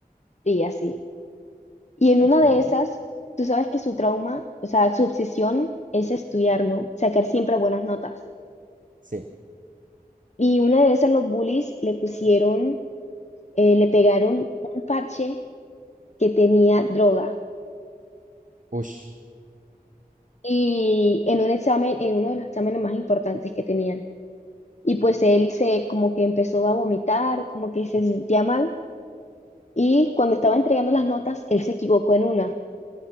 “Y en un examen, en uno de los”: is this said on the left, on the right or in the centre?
Left